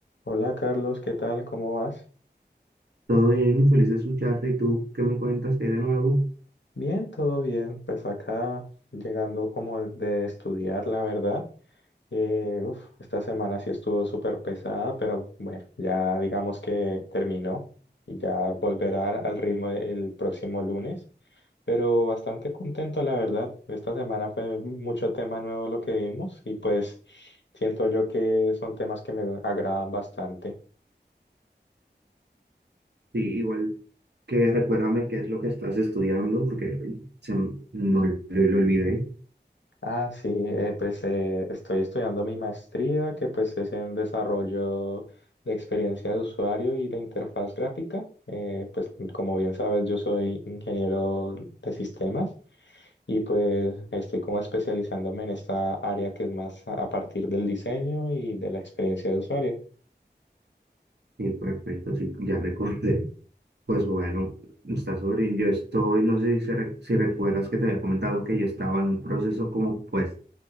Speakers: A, on the left; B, on the right.
A: Hola Carlos, ¿qué tal? ¿Cómo vas?
B: Todo bien, feliz de escucharte. ¿Y tú qué me cuentas? ¿Qué hay de nuevo?
A: Bien, todo bien. Pues acá llegando como de estudiar, la verdad. Eh, uf, esta semana sí estuvo súper pesada, pero bueno, ya digamos que terminó y ya volverá al ritmo el próximo lunes. Pero bastante contento, la verdad. Esta semana fue mucho tema nuevo lo que vimos y pues siento yo que son temas que me agradan bastante.
B: Sí, igual que recuérdame qué es lo que estás estudiando, porque se, m- no lo, lo olvidé.
A: Ah, sí, eh, pues eh, estoy estudiando mi maestría, que pues es en desarrollo de experiencia de usuario y de interfaz gráfica. Eh, pues como bien sabes, yo soy ingeniero de sistemas y pues estoy como especializándome en esta área que es más a a partir del diseño y de la experiencia de usuario.
B: Sí, perfecto, sí, ya <laughs> recordé. Pues bueno, está sobre. Yo estoy, no sé si, se re- si recuerdas que te había comentado que yo estaba en proceso como pues